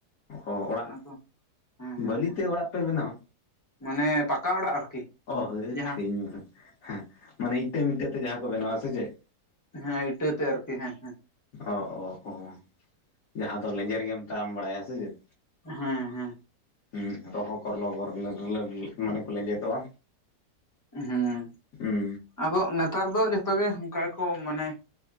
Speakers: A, on the left; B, on the left.
A: ᱚ ᱚᱲᱟᱜ
B: ᱚᱱᱟ ᱠᱚ ᱦᱮᱸ ᱦᱮᱸ
A: ᱵᱟᱹᱞᱤᱛᱮ
B: ᱦᱮᱸ
A: ᱚᱲᱟᱜ ᱯᱮ ᱵᱮᱱᱟᱣᱟ!
B: ᱢᱟᱱᱮ ᱯᱟᱠᱟ ᱚᱲᱟᱜ ᱟᱨᱠᱤ
A: ᱚ ᱦᱟᱹᱴ
B: ᱡᱟᱦᱟᱸ
A: ᱤᱧ ᱦᱩᱸᱜ ᱦᱮᱸ ᱢᱟᱱᱮ ᱤᱴᱟᱹ ᱢᱤᱴᱟᱹ ᱛᱮ ᱡᱟᱦᱟᱸ ᱠᱚ ᱵᱮᱱᱟᱣᱟ ᱥᱮ ᱪᱮᱫ?
B: ᱦᱮᱸ ᱤᱴᱟᱹᱛᱮ ᱟᱨᱠᱤ ᱦᱮᱸ ᱦᱮᱸ।
A: ᱚ ᱚ ᱚ ᱡᱟᱦᱟᱸ ᱫᱚ ᱞᱮᱸᱡᱮᱨ ᱜᱮᱢ ᱛᱟᱢ ᱵᱟᱲᱟᱭᱟ ᱥᱮ ᱪᱮᱫ?
B: ᱦᱮᱸ ᱦᱮᱸ
A: ᱦᱩᱸ ᱨᱚᱦᱚ ᱠᱚᱨᱞᱚ <inaudible> ᱢᱟᱱᱮ ᱠᱚ ᱞᱮᱸᱡᱮᱫᱚᱜᱼᱟ᱾
B: ᱦᱮᱸ
A: ᱦᱩᱸ
B: ᱟᱫᱚ ᱱᱮᱛᱟᱨ ᱫᱚ ᱡᱚᱛᱚᱜ ᱜᱮ ᱚᱱᱠᱟ ᱜᱮᱠᱚ ᱢᱟᱱᱮ